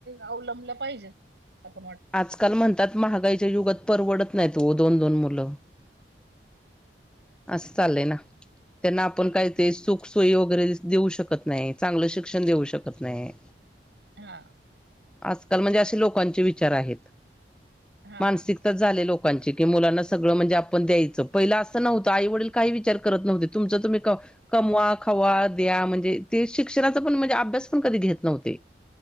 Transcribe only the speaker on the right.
अवलंबल्या पाहिजेत पण वाटत.
हां.
हा